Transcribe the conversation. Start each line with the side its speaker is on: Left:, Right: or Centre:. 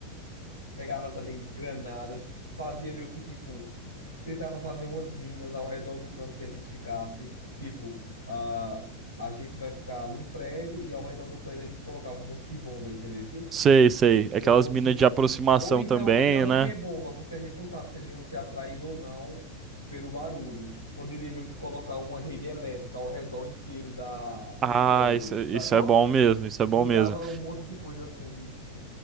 Left: Pegava também granada, fazia meio que tipo, tentava fazer umas minas ao redor do canto que a gente ficasse. Tipo, a, a gente vai ficar num prédio e ao redor do prédio a gente colocava um monte de bomba, entendesse?
Right: Sei, sei. Aquelas
Left: É como
Right: minas
Left: se for...
Right: de aproximação
Left: Ou então,
Right: também,
Left: melhor do
Right: né?
Left: que bomba, porque a gente não sabe se eles iam ser atraídos ou não pelo barulho. Poderia meio que colocar uma rede elétrica ao redor inteiro da, do
Right: Ah,
Left: prédio,
Right: isso, isso
Left: sacou?
Right: é bom mesmo, isso é bom
Left: Botava
Right: mesmo.
Left: um monte de coisa assim